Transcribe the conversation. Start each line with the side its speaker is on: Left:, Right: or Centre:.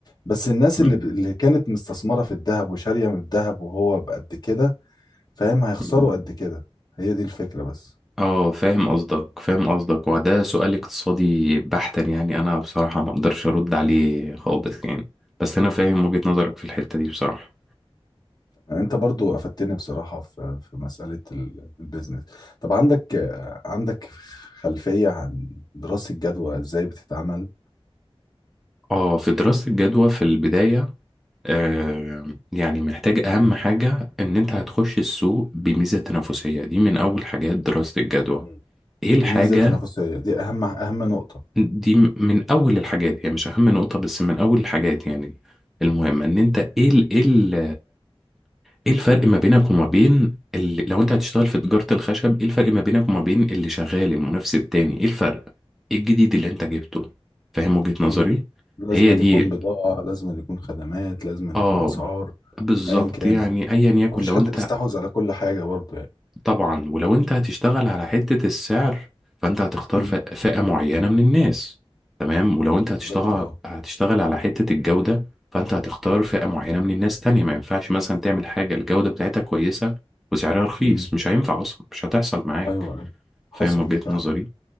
Left: بس الناس
Centre: مم.
Left: اللي ب... اللي كانت مستثمرة في الذهب وشارية من الذهب وهو بقد كده فاهم هيخسروا
Centre: مم.
Left: قد كده هي دي الفكرة بس
Centre: اه فاهم قصدك فاهم قصدك وده سؤال اقتصادي بحتا يعني انا بصراحة ما اقدرش ارد عليه خالص يعني بس انا فاهم وجهة نظرك في الحتة دي بصراحة
Left: أنت برضو أفدتني بصراحة في في مسألة ال- البيزنس طب عندك عندك خلفية عن دراسة جدوى إزاي بتتعمل
Centre: اه في دراسة الجدوى في البداية آه يعني محتاج اهم حاجة ان انت هتخش السوق بميزة تنافسية دي من اول حاجات دراسة الجدوى
Left: مم.
Centre: ايه الحاجة
Left: ميزة تنافسية دي أهم أهم نقطة
Centre: دي م- من اول الحاجات يعني مش اهم نقطة بس من اول الحاجات يعني المهمة ان انت ايه ال ايه ال ايه الفرق ما بينك وما بين اللي لو انت هتشتغل في تجارة الخشب ايه الفرق ما بينك وما بين اللي شغال المنافس التاني ايه الفرق ايه الجديد اللي انت جبته فاهم وجهة نظري
Left: مم. لازم
Centre: هي
Left: أن
Centre: دي
Left: يكون بضاعة لازم أن يكون خدمات لازم أن
Centre: اه
Left: يكون أسعار
Centre: بالظبط
Left: أيا كان
Centre: يعني ايا يكن
Left: مفيش
Centre: لو
Left: حد
Centre: انت
Left: بيستحوذ على كل حاجة برضه يعني
Centre: طبعا ولو انت هتشتغل على حتة السعر فانت هتختار
Left: امم
Centre: ف- فئة معينة من الناس تمام ولو انت
Left: بالظبط
Centre: هتشتغل
Left: اه
Centre: هتشتغل على حتة الجودة فانت هتختار فئة معينة من الناس تانية ما ينفعش مثلا تعمل حاجة الجودة بتاعتها كويسة وسعرها رخيص
Left: امم
Centre: مش هينفع اصلا مش هتحصل معاك
Left: ايوه ايوه حصل
Centre: فاهم وجهة
Left: فعلا
Centre: نظري